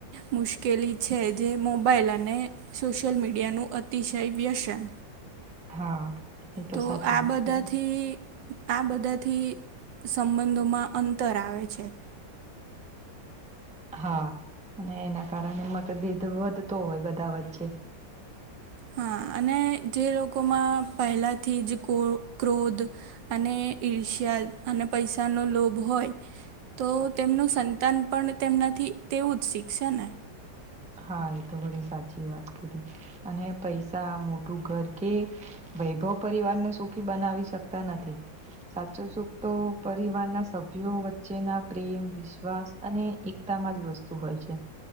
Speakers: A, on the right; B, in the centre.
A: મુશ્કેલી છે જે મોબાાઈલ અને સોશિયલ મીડિયાનું અતિશય વ્યસન.
B: હા. એ
A: તો
B: સાચી
A: આ
B: વાત
A: બધાથી,
B: કીધી
A: આ બધાથી સંબંધોમાં અંતર આવે છે.
B: હા અને એના કારણે મતભેદ વધતો હોય બધા વચ્ચે.
A: હા અને જે લોકોમાં પહેલાંથી જ ક ક્રોધ અને ઈર્ષ્યા અને પૈસાનો લોભ હોય. તો તેમનું સંતાન પણ તેમનાથી તેવું જ શીખશે ને.
B: હા એ તો ઘડે સાચી વાત કીધી, અને પૈસા મોટું ઘર કે વૈભવ પરિવારને સુખી બનાવી શકતા નથી. સાચો સુખ તો પરિવારના સભ્યો વચ્ચેના પ્રેમ વિશ્વાસ અને એક તામાં જ વસ્તુ હોય છે.